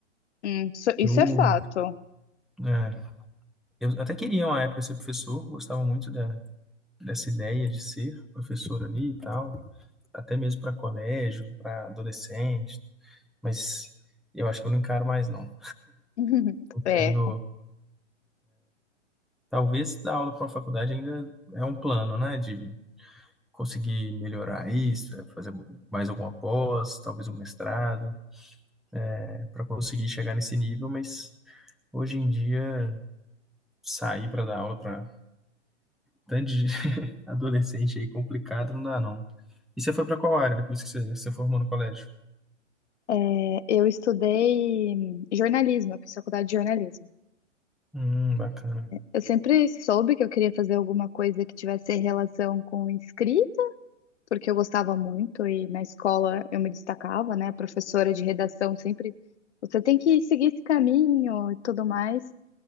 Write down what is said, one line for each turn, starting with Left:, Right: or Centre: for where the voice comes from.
Left: Hum, isso, isso
Centre: Eu,
Left: é fato.
Centre: é, eu até queria uma época ser professor, gostava muito da, dessa ideia de ser professor ali e tal, até mesmo para colégio, para adolescente, mas eu acho que eu não encaro mais não.
Left: <laughs>
Centre: Eu
Left: É,
Centre: tenho,
Left: com-
Centre: talvez dar aula para uma faculdade ainda é um plano, né, de conseguir melhorar isso, é, fazer mais alguma pós, talvez um mestrado, é, para conseguir chegar nesse nível, mas hoje em dia sair para dar aula para tanto de Adolescente aí complicado, não dá não. E você foi pra qual área depois que você, você formou no colégio?
Left: é, eu estudei jornalismo, eu fiz faculdade de jornalismo.
Centre: Hum, bacana.
Left: Eu sempre soube que eu queria fazer alguma coisa que tivesse relação com escrita. porque eu gostava muito e na escola eu me destacava, né? A professora de redação sempre, você tem que seguir esse caminho e tudo mais.